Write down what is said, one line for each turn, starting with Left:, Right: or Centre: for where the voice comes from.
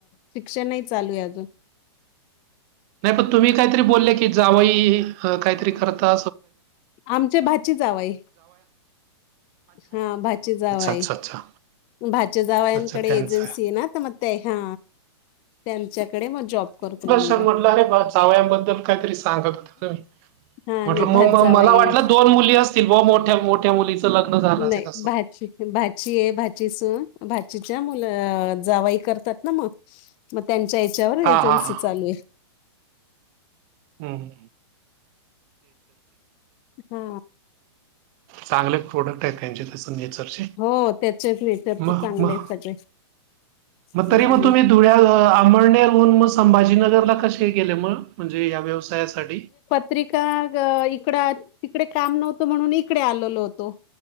Left: शिक्षणही चालू आहे. अजून
Right: नाही पण तुम्ही काहीतरी बोलले की जावही काहीतरी करत. <unintelligible>
Left: आमचे भाची जावई हा भाची जावाय
Right: अच्छा अच्छा
Left: भाचे जावईन
Right: अच्छा
Left: कडे
Right: त्यांचं
Left: एजन्सी आहे. ना तर मग ते हा त्यांच्याकडे मग जॉब करतो. मुला
Right: तर म्हटलं अरे, जावईन बद्दल काहीतरी सांगत होत.
Left: हा
Right: <inaudible>
Left: नाही भात जावाई नाही भाची भाची आहे भाचीस भाचीच्या मुलं जावाई करतात. ना मग मग त्यांच्या याच्यावर
Right: हा
Left: एजन्सी
Right: हा हा
Left: चालू आहे.
Right: हम्म
Left: हा
Right: चांगले प्रोडक्ट आहेत. त्यांचे त्याच नेचरचे
Left: हो त्याचेच नेचर
Right: म
Left: चांगले
Right: म
Left: आहेत सगळे
Right: मग
Left: हम्म.
Right: तरी मग तुम्ही धुळ्या आमळनेरहून मग संभाजीनगरला कसे गेले. मग म्हणजे या व्यवसायासाठी
Left: त्रिका इकड तिकडे काम नव्हतं म्हणून इकडे आलेलो होतो.